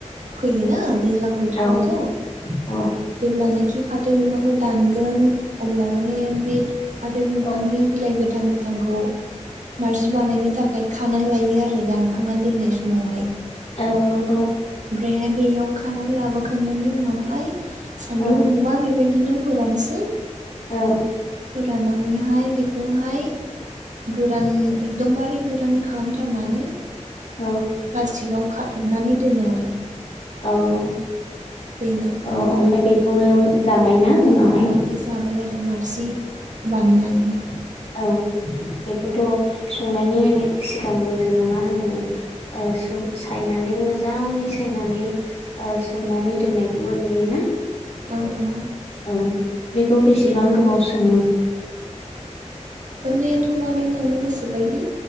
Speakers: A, on the right; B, on the left.
A: फोयोना दैज्लां बोथोरावथ'
B: औ औ
A: जेब्लानाखि <unintelligible> फाथो बिफांखौ दानगोन। अब्ला माने बे फाथो बिफांनि
B: औ
A: बिलाइ गोथां -गोथांखौ नारजि बानायनो थाखाय खानानै लायो आरो। दानखांनानै दोननाय समावहाय
B: औ नंगौ
A: ओमफ्रायहाय, बेयाव खानानै लाबोखांनायनि उनावहाय सान्दुं
B: औ
A: दुंबा बेबायदिनो फोरानसै।
B: औ।
A: फोराननानैहाय, बेखौहाय गोरान एकदम बारे <unintelligible> <unintelligible> खालामथारनानै,
B: औ
A: प्लास्टिकआव खाथबनानै दोनो आरो।
B: औ। औ,
A: बेनो बिदिनो
B: ओमफ्राय बेखौनो जाबायना
A: औ
B: उनावहाय।
A: जाबाय आरो नारजि बानायनानै हाय।
B: औ बेखौथ' संनायनि सिगांबो जोङो मा होनो? ओ सोम- सायनानै मोजाङै सायनानै ओ सोमनानै दोननायखौबो नुयोना?
A: औ औ।
B: औ बेखौ बेसेबां गोबाव सोमो?
A: सोमनायाथ' माने नोंनि गोसोबायदि।